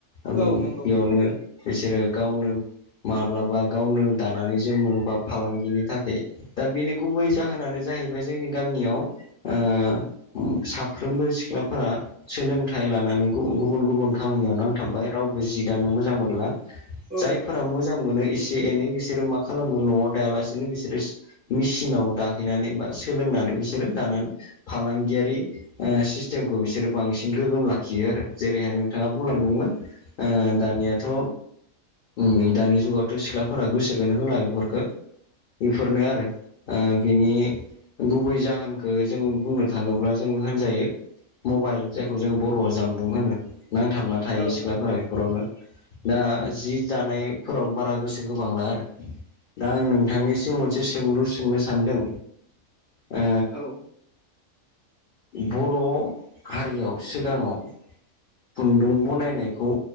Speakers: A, on the left; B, on the right.
A: उम
B: औ नंगौ
A: बेयावनो बिसोरो गावनो माब्लाबा गावनो दानानै जोमो बा फालांगिनि थाखै दा बेनि गुबै जाहोनानो जाहैबाय जोंनि गामियाव आ उम साफ्रोमबो सिख्लाफोरा सोलोंथाइ लानानै गु गुबुन गुबुन खामानियाव नांथाब्बाय रावबो जि दानो मोजां मोनला।
B: औ
A: जाय फोरा मोजां मोनो एसे एनै बिसोरो मा खालामो न'आव दायालासिनो बिसोरो मिसिनाव दाहैनानै बा सोलोंनानै बिसोरो दानानै फालांगियारि ओ सिस्टेमखौ बिसोरो बांसिन गोगोम लाखियो आरो। जेरैहाय नोंथाङा बुंलांदोंमोन ओ दानियाथ' उम दानि जुगावथ' सिख्लाफोरा गोसोखोनो होला बेफोरखो। बेफोरनो आरो ओ बिनि गुबै जाहोनखो जों बुंनो थाङोब्ला जों होनजायो। मबाइल जायखौ जों बर'आव जामबुं होनो नांथाबना थायो
B: औ
A: सिख्लाफोराय
B: नंगौ
A: बेफोरावनो दा जि दानायफोराव बारा गोसो होबांला आरो। दा आं नोंथांनिसिम मोनसे सोंलु सोंनो सानदों। ओ
B: औ
A: बर' हारियाव सिगाङाव खुन्दुं बनायनायखौ